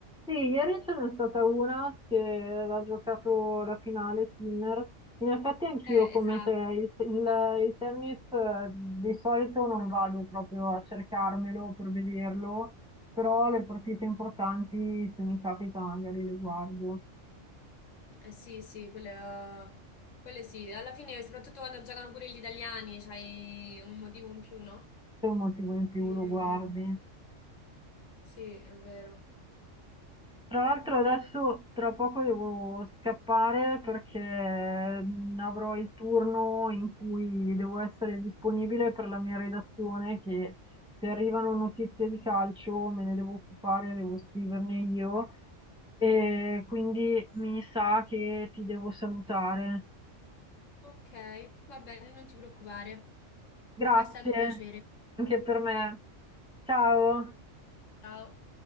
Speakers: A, in the centre; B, on the left.
A: Sì, ieri ce n'è stata una che aveva giocato la finale, Sinner. In effetti anch'io
B: Eh,
A: come
B: esatto.
A: te, il, il- il tennis eh, di solito non vado proprio a cercarmelo per vederlo, però le partite importanti se mi capita magari le guardo,
B: Eh, sì, sì, quelle, quelle sì. Alla fine, soprattutto quando giocano pure gli italiani, c'hai un motivo in più, no?
A: se è un motivo in più
B: Eh,
A: lo guardi.
B: sì, è vero.
A: Tra l'altro adesso tra poco devo scappare perché mm, avrò il turno in cui devo essere disponibile per la mia redazione che se arrivano notizie di calcio me ne devo occupare, devo scriverne io e quindi mi sa che ti devo salutare.
B: Ok, va bene, non ti preoccupare.
A: Grazie
B: Ma è stato un piacere.
A: anche per me. Ciao.
B: Ciao.